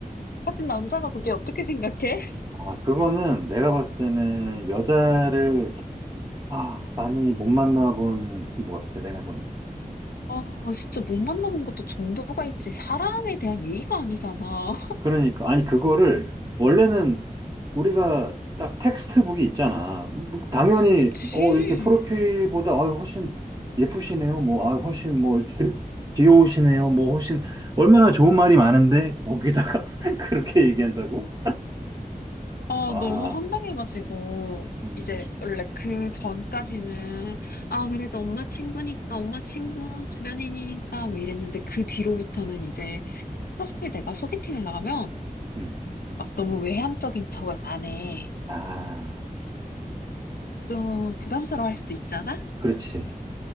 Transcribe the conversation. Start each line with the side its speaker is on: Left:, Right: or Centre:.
Left: 같은 남자가 그게 어떻게 생각해?
Right: 아, 그거는 내가 봤을 때는 여자를 아, 많이 못 만나본 친구 같아. 내가 보니.
Left: 아, 진짜 못 만나본 것도 정도가 있지. 사람에 대한 예의가 아니잖아.
Right: 그러니까 아니 그거를 원래는 우리가 딱 텍스트북이 있잖아. 뭐 당연히
Left: <laughs> 그치.
Right: 어 이렇게 프로필보다 아 훨씬 예쁘시네요. 뭐 아 훨씬 뭐 그- 귀여우시네요. 뭐 훨씬 얼마나 좋은 말이 많은데 거기다가 <laughs> 그렇게 얘기한다고?
Left: 아,
Right: 아,
Left: 너무 황당해가지고.
Right: 음,
Left: 이제 원래 그 전까지는 아 그래도 엄마 친구니까 엄마 친구 주변인이니까 뭐 이랬는데 그 뒤로부터는 이제 사실 내가 소개팅을 나가면
Right: 음.
Left: 막 너무 외향적인 척을 안 해.
Right: 아,
Left: 좀 부담스러워할 수도 있잖아?
Right: 그렇지.